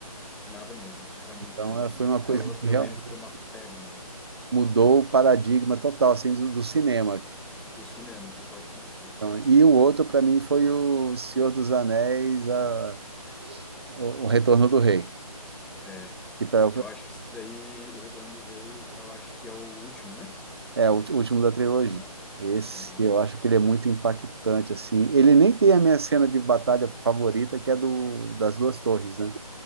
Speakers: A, in the centre; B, on the right.
A: Nada mesmo. Era muito
B: Então,
A: real.
B: eh, foi uma
A: Eu,
B: coisa que
A: eu
B: realmente
A: lembro que foi uma febre mesmo.
B: mudou o paradigma total assim do, do cinema.
A: Do cinema, concordo com você.
B: Então, e o outro para mim foi o Senhor dos Anéis, a- o, o Retorno do Rei,
A: É.
B: que tá,
A: Eu acho que esse daí, O Retorno do Rei, eu acho que é o último, né?
B: É, o ulti- último da trilogia.
A: Aham,
B: Esse,
A: aham,
B: eu acho que ele é muito impactante, assim. Ele nem tem a minha cena de batalha favorita, que é do, das duas torres, né?